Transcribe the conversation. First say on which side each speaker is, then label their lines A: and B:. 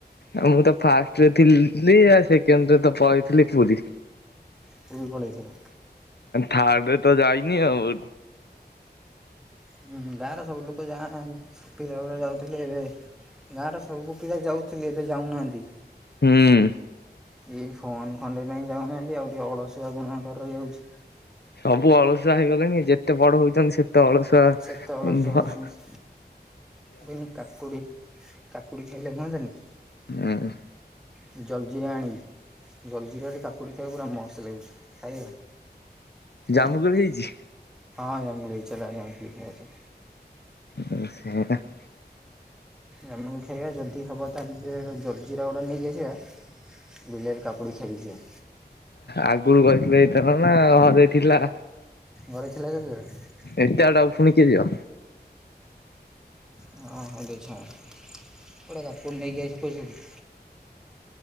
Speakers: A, on the left (about 70°); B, in the centre.
A: ଆଉ ମୁଁ ତ ଫାଷ୍ଟରେ ଥିଲି। ଆ ସେକେଣ୍ଡରେ ତ ପଳେଇଥିଲି ପୁରୀ।
B: ପୁରୀ ପଳେଇଥିଲ।
A: ଥାର୍ଡେ ତ ଯାଇନି ଆଉ।
B: ହୁଁ ଗାଁର ସବୁ ଲୋକ ଯାଅ ପିଲା ଗୁରା ଯା ଥିଲେ। ଏବେ ଗାଁର ସବୁ ପିଲା ଯାଉଥିଲି ଏବେ ଯାଉନାହାନ୍ତି।
A: ହୁଁ।
B: ଏଇ ଫୋନ ଖଣ୍ଡେଇ ପାଇଁ ଯାଉନାହାନ୍ତି। ଆଉ ଟିକେ ଅଳସୁଆ ଗୁଣକାର ରହିଯାଉଛି।
A: ସବୁ ଅଳସୁଆ ହେଇଗଲେଣି। ଯେତ ଯେତେ ବଡ ହଉଛନ୍ତି ସେତେ ଅଳସୁଆ।
B: ସେତେ ଅଳସୁଆ
A: ଭ୍
B: ହେଉଛନ୍ତି ମୁଁ କହିଲି କାକୁଡ଼ି କାକୁଡ଼ି ଖାଇଲେ ହୁଅନ୍ତାନି।
A: ହୁଁ।
B: ଜଲଜିିରା ଆଣିବୁ ଜଲଜିିରାରେ କାକୁଡ଼ି ଖାଇବାକୁ ପୁରା ମସ୍ତ ଲାଗୁଛି। ଖାଇ
A: ଜାମୁକୋଳି
B: ଆ
A: ହେଇଛି?
B: ହଁ ଜଙ୍ଗଲି ଚଲା <unintelligible>
A: <unintelligible>
B: ଜାମୁ ଖାଇବା ଯଦି ହବ ତାହେଲେ ଯେ ଜଲଜିରା ଗୋଟା ନେଇ ଯାଇଥିବା। ବିଲରୁ କକୁଡ଼ି ସରିଯିବ।
A: ଆଗରୁ କହିଥିଲେ ହେଇଥାନା ଘରେ ଥିଲା।
B: ଘରେ ଥିଲା <unintelligible>
A: ଏତେ ବାଟ ପୁଣିିକିଏ ଯିବ?
B: ହଁ ହେଉ ଛଡ଼ା ଗୋଟେ କାକୁଡି ନେଇକି ଆଇଚି ପଇସା ଦେ